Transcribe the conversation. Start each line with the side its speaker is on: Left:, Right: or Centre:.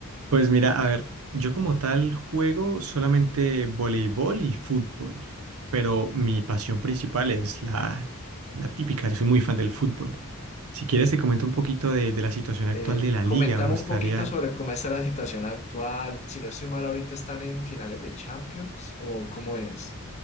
Right: Pues mira, a ver, yo como tal juego solamente voleibol y fútbol, pero mi pasión principal es la, la típica, yo soy muy fan del fútbol. Si quieres te comento un poquito de, de la situación actual
Left: Eh,
Right: de la
Left: coméntame
Right: liga, me gustaría
Left: un poquito sobre cómo está la situación actual. Si no estoy mal, ahorita están en finales de Champions o cómo es.